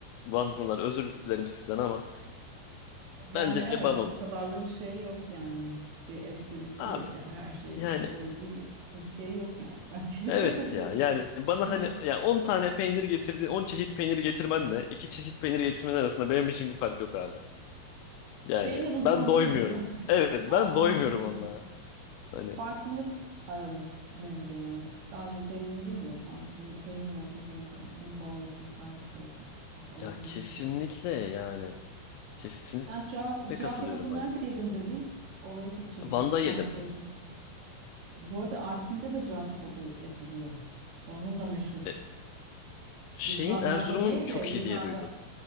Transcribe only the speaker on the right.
Yani
evet
o kadar da bir şey yok yani. Bir esprisi
yok yani her şeyi
koy bir, bir, bir şey yok yani. <laughs> Ben de
katılıyorum.
Hiç
Peynir uzmanı
değilim zaten.
A-
anlayamıyorsun.
Farklılık ararım menüde yani. Sadece peynir değil de farklı peynir olsun, zeytin olsun, bal olsun, kaymak olsun işte falan
gibi
bir şey.
Sen cağ, cağ
kebabı
nerede yedim dedin? Orayı kaçırdım.
Tam soracaktım. Bu arada Artvin'de de cağ kebabı yapılıyor. Onun da meşhur.
Biz Lazlar'da
değil
de yukarıda